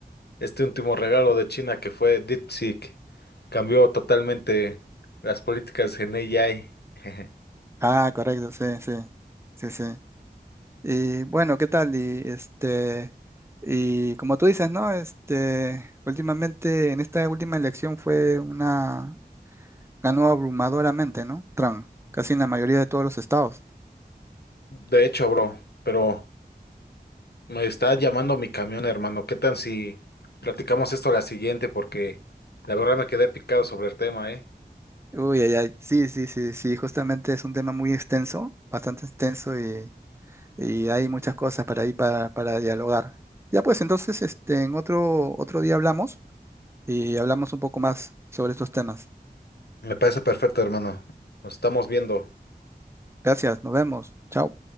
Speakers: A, on the left; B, on the right.
A: este último regalo de China que fue DeepSeek. Cambió totalmente las políticas en AI. <laughs>
B: Ah, correcto, sí, sí, sí, sí. Y bueno, ¿qué tal? Y este, y como tú dices, ¿no? Este, últimamente, en esta última elección fue una, ganó abrumadoramente, ¿no? Trump, casi en la mayoría de todos los estados.
A: De hecho, bro, pero me está llamando mi camión, hermano. ¿Qué tal si platicamos esto la siguiente? Porque la verdad me quedé picado sobre el tema, ¿eh?
B: Uy, ay, ay, sí, sí, sí, sí, justamente es un tema muy extenso, bastante extenso y, y hay muchas cosas para ahí para, para dialogar. Ya pues, entonces, este, en otro, otro día hablamos y hablamos un poco más sobre estos temas.
A: Me parece perfecto, hermano. Nos estamos viendo.
B: Gracias, nos vemos. Chao.